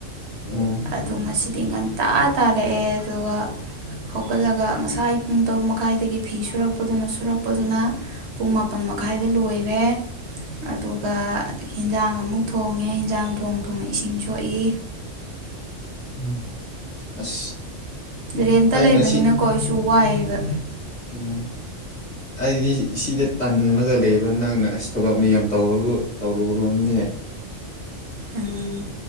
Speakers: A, on the left; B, on the right.
A: ꯎꯝ
B: ꯑꯣ ꯉꯁꯤ ꯇꯤꯡꯒꯟꯇꯥ ꯇꯥꯔꯛꯑꯦ ꯑꯗꯨꯒ ꯍꯧꯒꯠꯂꯒ ꯉꯁꯥꯏ ꯄꯨꯡ ꯇꯔꯨꯛ ꯃꯈꯥꯏꯗꯒꯤ ꯐꯤ ꯁꯨꯔꯛꯄꯗꯨꯅ ꯁꯨꯔꯛꯄꯗꯨꯅ ꯄꯨꯡ ꯃꯥꯄꯜ ꯃꯈꯥꯏꯗ ꯂꯣꯏꯔꯦ ꯑꯗꯨꯒ ꯏꯟꯖꯥꯡ ꯑꯃꯨꯛ ꯊꯣꯡꯉꯦ ꯏꯟꯖꯥꯡ ꯊꯣꯡ ꯊꯣꯡꯅ ꯏꯁꯤꯡ ꯁꯣꯛꯏ
A: ꯎꯝ ꯑꯁ
B: ꯔꯦꯟꯇ
A: ꯑꯩꯅ
B: ꯂꯩꯕꯅꯤꯅꯀꯣ
A: ꯁꯤ
B: ꯑꯩꯁꯨ ꯋꯥꯏꯑꯕ
A: ꯎꯝ ꯑꯩꯗꯤ ꯁꯤꯗ ꯇꯜꯂꯒ ꯂꯩꯕ ꯅꯪꯅ ꯑꯁ ꯊꯕꯛ ꯃꯤ ꯌꯥꯝ ꯇꯧꯨ ꯑꯗꯨ ꯇꯧꯔꯨꯨꯔꯕꯅꯦ
B: ꯎꯝ